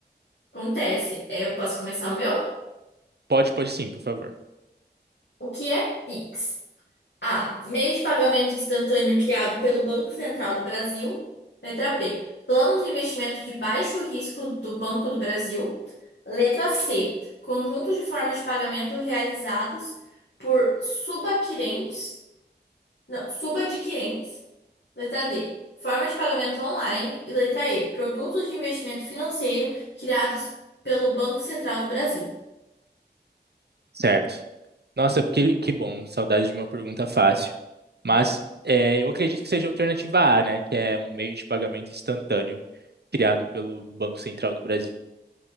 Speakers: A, on the left; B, on the right.
A: Acontece. É, Eu posso começar o meu?
B: Pode, pode sim, por favor.
A: O que é PIX? A. Meio de pagamento instantâneo criado pelo Banco Central do Brasil. Letra B. Plano de investimento de baixo risco do Banco do Brasil. Letra C. Conjunto de formas de pagamento realizadas por subadquirentes. Não, subadquirentes. Letra D. Forma de pagamento online. E letra E. Produtos de investimento financeiro criados pelo Banco Central do Brasil.
B: Certo. Nossa, que, que bom, saudade de uma pergunta fácil. Mas é, eu acredito que seja a alternativa A, né? Que é um meio de pagamento instantâneo criado pelo Banco Central do Brasil.